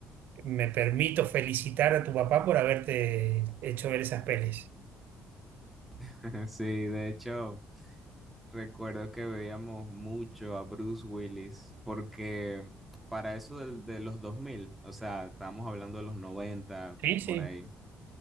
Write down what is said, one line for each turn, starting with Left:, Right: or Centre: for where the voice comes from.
Right: Me permito felicitar a tu papá por haberte hecho ver esas pelis.
Centre: <laughs> Sí, de hecho, Recuerdo que veíamos mucho a Bruce Willis porque para eso del- de los dos mil o sea, estamos hablando de los 90
Right: Sí, sí.
Centre: por ahí,